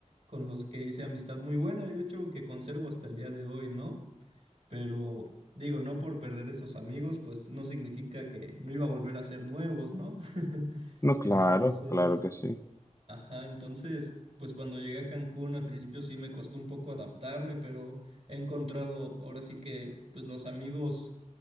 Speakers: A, on the right; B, on the left.
A: con los que hice amistad muy buena, y de hecho que conservo hasta el día de hoy, ¿no? Pero, digo, no por perder esos amigos, pues, no significa que no iba a volver a ser nuevos, ¿no? <laughs>
B: no, claro,
A: Entonces...
B: claro que sí.
A: Ajá, entonces, pues cuando llegué a Cancún al principio sí me costó un poco adaptarme, pero he encontrado ahora sí que pues los amigos